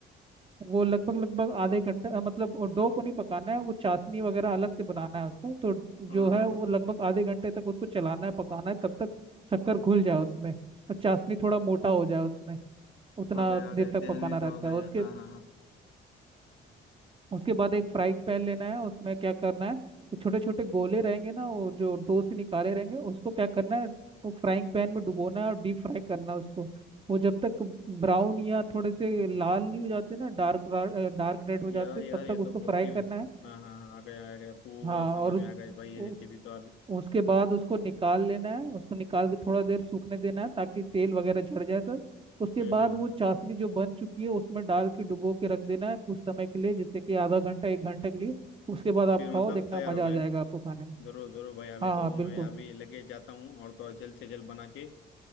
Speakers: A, on the right; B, on the left.
A: वो लगभग लगभग आधे घंटे अ, मतलब वो डो को नहीं पकाना है वो चाशनी वगैरह अलग से बनाना है उसको तो
B: हाँ
A: जो
B: हाँ
A: है वो
B: हाँ
A: लगभग आधे घंटे तक उसको चलाना है पकाना है तब तक शक्कर घुल जाए उसमें और चाशनी थोड़ा मोटा हो जाए उसमें उतना
B: आ गया आ
A: देर
B: गया
A: तक
B: ध्यान
A: पकाना
B: में तो
A: रहता
B: आ
A: है
B: गया
A: उसके
B: हाँ हाँ हाँ
A: उसके बाद एक फ्राइंग पैन लेना है उसमें क्या करना है छोटे छोटे गोले रहेंगे ना वो जो डो से निकाले रहेंगे उसको क्या करना है वो फ्राइंग पैन में डुबोना है और डीप फ्राई करना है उसको वो जब तक ब्राउन या थोड़े से लाल नहीं हो जाते ना डार्क डार्क रेड हो
B: यार
A: जाते तब
B: यार ये
A: तक
B: तो
A: उसको
B: बहुत
A: फ्राई
B: ही
A: करना है
B: हाँ हाँ हाँ, आ गया आ गया पूरा
A: हाँ
B: समझ
A: और
B: में आ गया भाई ये
A: उस
B: रेसिपी तो अभी
A: उसके बाद उसको निकाल लेना है उसको निकाल के थोड़ा देर सूखने देना है ताकि तेल वगैरह झड़ जाए सब उसके
B: हम्म
A: बाद
B: हम्म
A: वो
B: हम्म।
A: चाशनी जो बन चुकी है उसमें डाल के डुबो के रख देना है कुछ समय के लिए जैसे कि आधा घंटा एक घंटे के लिए उसके बाद आप
B: फिर
A: खाओ
B: मतलब
A: देखना
B: तैयार
A: मजा
B: हो गए
A: आ जाएगा
B: कि
A: आपको खाने में
B: जरूर जरूर भाई अभी
A: हाँ
B: तो
A: हाँ
B: मैं
A: बिल्कुल
B: अभी लगे जाता हूँ और तो और जल्द से जल्द बना के